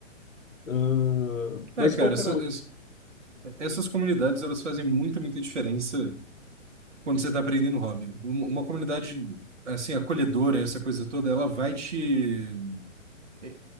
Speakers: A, on the left; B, on the right.
A: Ah,
B: É,
A: mas
B: cara,
A: qual
B: essa-
A: que era o.
B: essa- essas comunidades, elas fazem muita, muita diferença quando você tá aprendendo hobby. Uma, uma comunidade, assim, acolhedora, essa coisa toda, ela vai te... é,